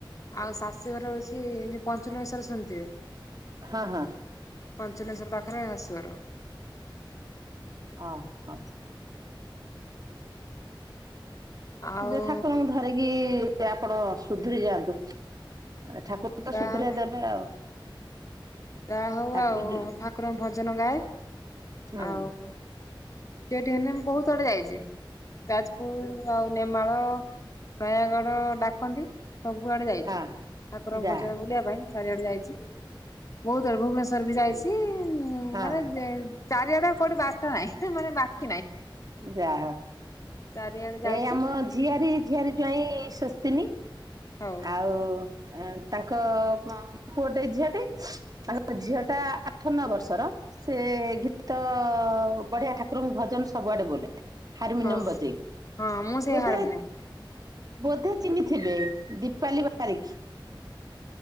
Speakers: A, on the left; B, on the right.
A: ଆଉ ଶାଶୁଘର ହଉଛି ପଞ୍ଚନମୀ ସାର ଶୁଣିଥିବେ
B: ହଁ ହଁ।
A: ପଞ୍ଚଲିଂଶ ର ପାଖରେ ଆସିବାର।
B: ହ ହଁ।
A: ଆଉ
B: ଯ ଠାକୁରଙ୍କୁ ଧରିକି ସେ ଆପଣ ସୁଧରି ଯାଆନ୍ତୁ ମାନେ ଠାକୁରଙ୍କୁ
A: ଯାହା
B: ତ ସୁଧର ଦେବେ ଆଉ
A: ଯାହା ହଉ
B: ଠାକୁର
A: ଆଉ
B: ଯୋଉ
A: ଠାକୁରଙ୍କ ଭଜନ ଗାଏ
B: ହୁଁ ହଁ
A: ଆଉ ସେଠି ହେଲେ ମୁ ବହୁତ ଆଡେ ଯାଇଛି, ଯାଜପୁର ଆଉ ନେମାଳ ନୟାଗଡ ଡାକନ୍ତି ସବୁଆଡେ ଯାଇଛି।
B: ହଁ
A: ଠାକୁରଙ୍କ
B: ଯାହା
A: ଭଜନ ବୁଲିବା ପାଇଁ ଚାରିଆଡେ ଯାଇଛି। ବହୁତ ବଳେ ଭୁବନେଶ୍ୱର ବି ଯାଇଛି
B: ହଁ
A: ମାନେ ଚାରିଆଡା କୋଉଠି ବାରଟା ନହିଁ ମାନେ ବାକି ନାହିଁ।
B: ଯାହା
A: ଚାରିଆଡେ ଯାଇଛି
B: ଏଇ ଆମ ଝିଆରୀ ଝିଆରି ଜାଇଁ ଶସ୍ତିନି
A: ହଉ
B: ଆଉ ଆ ତାଙ୍କ ପୁଅଟେ ଝିଅ ଟେ
A: ହଉ
B: ତାଙ୍କ ଝିଅ ଟା ଅଠ ନ ବର୍ଷର ସେ ଗୀତ ବଢିଆ ଠାକୁରଙ୍କୁ ଭଜନ ସବୁଆଡେ ବୋଲେ ହାରମୋନିୟମ
A: ହଁ
B: ବଜେଇ
A: ହଁ ମୁଁ ସେଇ
B: ବଧା
A: ହାରମୋନିୟମ
B: ବୋଧେ ଚିହ୍ନଥିବେ ଦୀପାଲି ବାରିକ